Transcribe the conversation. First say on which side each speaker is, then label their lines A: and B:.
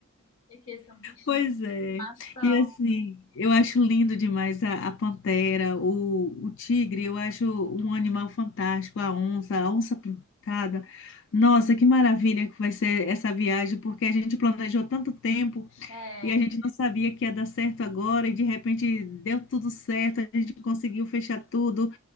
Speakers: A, on the left (about 85°); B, on the left (about 60°).
A: que eles são bichinhos
B: Pois
A: de
B: é.
A: estimação.
B: E assim, eu acho lindo demais a, a pantera, o, o tigre, eu acho um animal fantástico, a onça, a onça pintada. Nossa, que maravilha que vai ser essa viagem, porque a gente planejou tanto tempo
A: É.
B: e a gente não sabia que ia dar certo agora, e de repente deu tudo certo, a gente conseguiu fechar tudo,